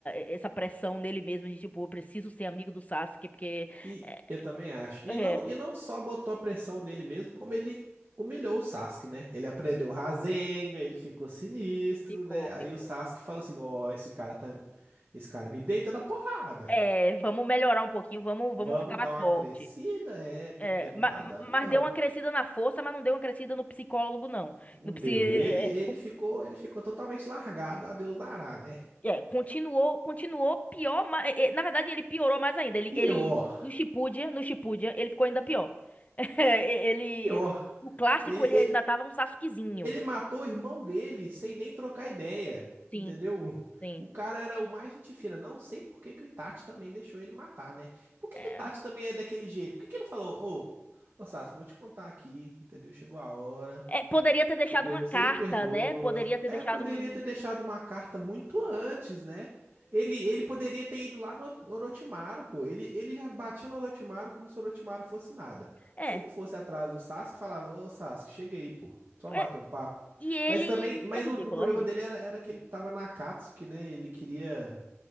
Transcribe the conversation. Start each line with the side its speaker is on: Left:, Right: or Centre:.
Left: essa pressão nele mesmo de tipo, eu preciso ser amigo do Sasuke, porque.
Right: E
Left: É,
Right: eu também acho. E
Left: é,
Right: não, e não só botou a pressão nele mesmo, como ele humilhou o Sasuke, né? Ele aprendeu o Rasengan, ele ficou sinistro,
Left: Ficou,
Right: né? Aí
Left: ficou.
Right: o Sasuke falou assim: "Ó, esse cara tá esse cara me deita na porrada.
Left: é, vamos melhorar um pouquinho, vamos, vamos
Right: Vamos
Left: ficar mais
Right: dar uma
Left: forte.
Right: crescida, é, porque
Left: É,
Right: não
Left: ma-
Right: tá dando
Left: mas,
Right: não".
Left: deu uma crescida na força, mas não deu uma crescida no psicólogo, não.
Right: Não
Left: No psi,
Right: deu.
Left: é,
Right: Ele, ele ficou, ele ficou totalmente largado, a Deus dará, né?
Left: É, continuou, continuou pior, ma- é, é, na verdade ele piorou mais ainda. Ele,
Right: Pior,
Left: ele no Shippuden, no Shippuden, ele ficou ainda pior. <laughs> É, ele,
Right: pior.
Left: no clássico
Right: Ele,
Left: ele
Right: ele,
Left: ainda tava um Sasukezinho.
Right: ele matou o irmão dele sem nem trocar ideia,
Left: Sim,
Right: entendeu?
Left: sim.
Right: O cara era o mais gente fina. Não sei por que que o Itachi também deixou ele matar, né? Por que
Left: É.
Right: que o Itachi também é daquele jeito? Por que que ele não falou, ô, ô Sasuke, vou te contar aqui, entendeu? Chegou a hora.
Left: É, poderia ter deixado
Right: Entendeu?
Left: uma carta,
Right: Você me perdoa.
Left: né? Poderia ter
Right: É,
Left: deixado
Right: poderia
Left: um.
Right: ter deixado uma carta muito antes, né? Ele, ele poderia ter ido lá no Orochimaru, pô. Ele, ele já batia no Orochimaru como se o Orochimaru fosse nada.
Left: É,
Right: Se ele fosse atrás do Sasuke, falava, ô Sasuke, chega aí, pô. Só
Left: é,
Right: bater um papo.
Left: e ele.
Right: Mas também, mas
Left: É ridículo,
Right: o, o problema
Left: é ridículo.
Right: dele era, era que ele tava na Akatsuki, né? Ele queria.